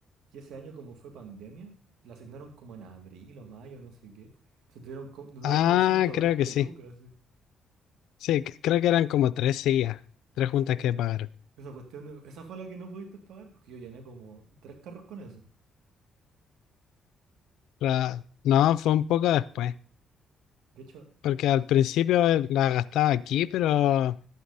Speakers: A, on the right; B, on the left.
A: Y ese año como fue pandemia, la asignaron como en abril o mayo, no sé qué. entonces tuvieron co- nos dieron
B: Ah,
A: como ciento
B: creo
A: veinte
B: que sí.
A: lucas. Sí.
B: Sí, c- creo que eran como tres seguidas, tres juntas
A: Sí, eh.
B: que pagaron.
A: Esa cuestión, esa fue la que no pudiste pagar porque yo llené como tres carros con eso.
B: La- no, fue un poco después,
A: De hecho,
B: porque al principio eh, la gastaba aquí, pero